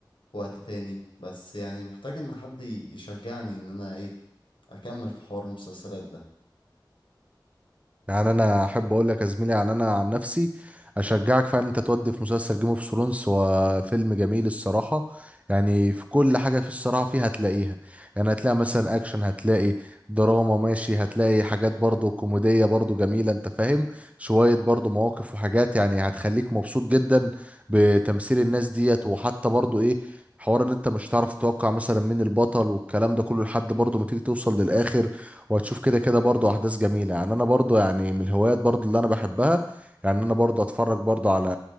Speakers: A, on the left (about 85°); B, on the right (about 15°).
A: في وقت تاني بس يعني محتاج ان حد ي- يشجعني ان انا ايه اكمل في حوار المسلسلات ده
B: يعني انا احب اقول لك يا زميلي يعني انا عن نفسي اشجعك فعلا انت تودي في مسلسل جيم اوف ثرونز هو فيلم جميل الصراحه يعني في كل حاجه في الصراحه فيه هتلاقيها يعني هتلاقي مثلا اكشن هتلاقي دراما ماشي هتلاقي حاجات برضو كوميديه برضو جميله انت فاهم شويه برضو مواقف وحاجات يعني هتخليك مبسوط جدا بتمثيل الناس ديت وحتى برضو ايه حوار ان انت مش هتعرف تتوقع مثلا مين البطل والكلام ده كله لحد برضو ما تيجي توصل للاخر وهتشوف كده كده برضو احداث جميله يعني انا برضو يعني من الهوايات برضو اللي انا بحبها يعني انا برضو اتفرج برضو على